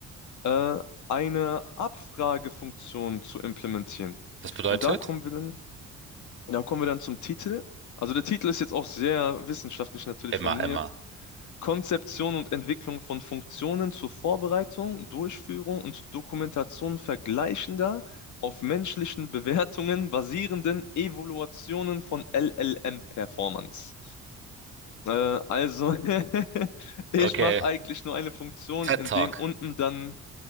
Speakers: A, on the left; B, on the right.
A: äh, eine Abfragefunktion zu implementieren.
B: Das bedeutet?
A: Und da kommen wir dann, da kommen wir dann zum Titel. Also der Titel ist jetzt auch sehr wissenschaftlich natürlich
B: Immer,
A: formuliert.
B: immer.
A: Konzeption und Entwicklung von Funktionen zur Vorbereitung, Durchführung und Dokumentation vergleichender, auf menschlichen Bewertungen basierenden Evaluationen von LLM-Performance. Äh, also, <laughs> ich
B: Okay.
A: mache eigentlich nur eine Funktion,
B: TED
A: in
B: Talk.
A: dem unten dann